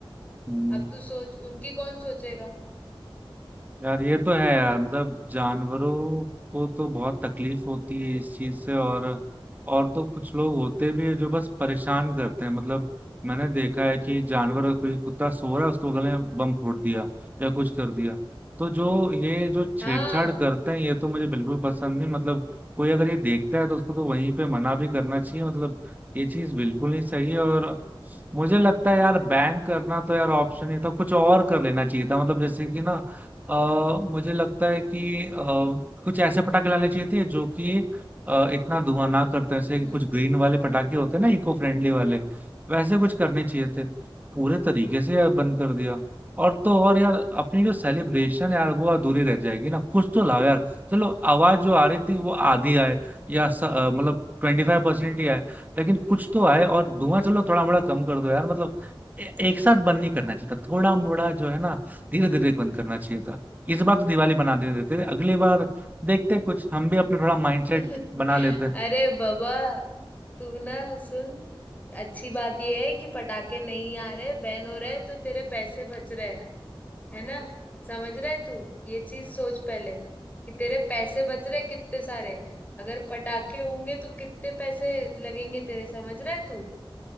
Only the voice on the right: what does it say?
हम्म।
यार ये तो है यार मतलब जानवरों को तो बहुत तकलीफ होती है इस चीज से और और तो कुछ लोग होते भी है जो बस परेशान करते हैं मतलब मैंने देखा है कि जानवर कोई कुत्ता सो रहा है उसको गले में बम फोड़ दिया या कुछ कर दिया तो जो ये जो छेड़छाड़
करते हैं ये तो मुझे बिल्कुल पसंद नहीं मतलब कोई अगर ये देखता है तो उसको तो वहीं पे मना भी करना चाहिए मतलब ये चीज बिल्कुल नहीं सही है और मुझे लगता है यार बैन करना तो यार ऑप्शन ही था कुछ और कर लेना चाहिए था मतलब जैसे कि ना अ, मुझे लगता है कि अ, कुछ ऐसे पटाखे लाने चाहिए थे जो कि अ, इतना धुआं ना करते हैं। जैसे
कि कुछ ग्रीन वाले पटाखे होते हैं ना इको फ्रेंडली वाले वैसे कुछ करने चाहिए थे पूरे तरीके से बंद कर दिया और तो और यार अपनी जो सेलिब्रेशन यार वो अधूरी रह जाएगी ना कुछ तो लाओ यार चलो आवाज जो आ रही थी वो आधी आए या स- अ, मतलब ट्वेंटी फाइव परसेंट ही आए लेकिन कुछ तो आए और धुआं चलो थोड़ा मोड़ा कम कर दो यार मतलब ए- एक साथ बंद नहीं करना चाहिए था थोड़ा मोड़ा जो है ना धीरे धीरे बंद करना चाहिए था इस बार तो दिवाली बना दे देते थे अगली बार देखते हैं कुछ हम भी अपने थोड़ा माइंडसेट
बना लेते हैं